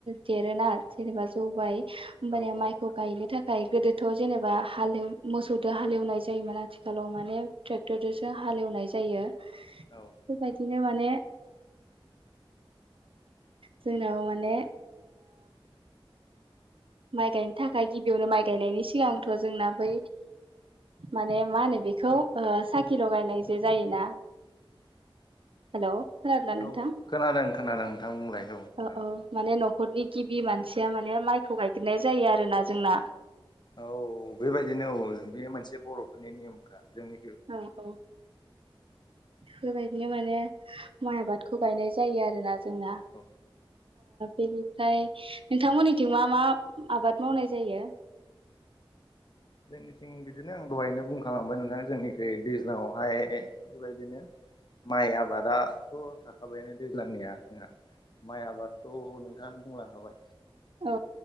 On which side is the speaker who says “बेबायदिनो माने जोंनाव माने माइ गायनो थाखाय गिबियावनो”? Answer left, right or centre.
Right